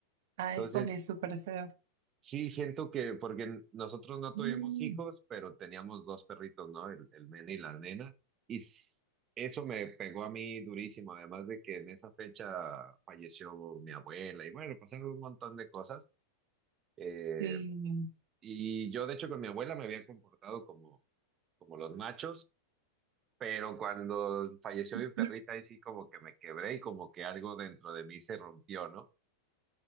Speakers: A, on the right; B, on the right.
A: Ay,
B: Entonces,
A: jole, súper feo.
B: Sí, siento que porque nosotros no tuvimos
A: Mm.
B: hijos, pero teníamos dos perritos, ¿no? El, el nene y la nena. Y s- eso me pegó a mí durísimo, además de que en esa fecha falleció mi abuela y bueno, pasaron un montón de cosas. Eh,
A: Sí.
B: y yo, de hecho, con mi abuela me había comportado como, como los machos, pero cuando falleció
A: <clears throat>
B: mi perrita, ahí sí como que me quebré y como que algo dentro de mí se rompió, ¿no?